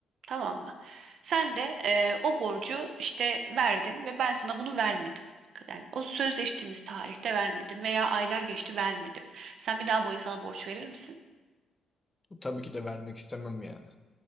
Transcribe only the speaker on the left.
Bu tabii ki de vermek istemem yani.